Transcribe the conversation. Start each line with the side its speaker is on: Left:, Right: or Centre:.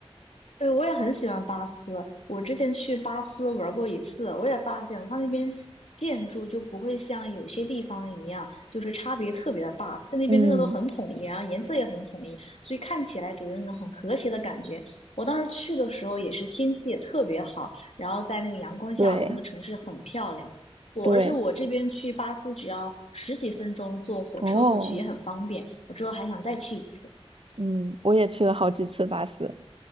Left: 对，我也很喜欢巴斯。我之前去巴斯玩过一次，我也发现它那边建筑就不会像有些地方一样，就是差别特别的大。在那边真的都很统一，
Right: 嗯，
Left: 然后颜色也很统一，所以看起来给人一种很和谐的感觉。我当时去的时候也是天气也特别好，然后在那个阳光下，
Right: 对
Left: 我觉得那个城市很漂亮。我而且我这边去巴斯只要十几分钟坐火车过去也很方便。
Right: 对，哦。
Left: 我之后还想再去一次。
Right: 嗯，我也去了好几次巴斯，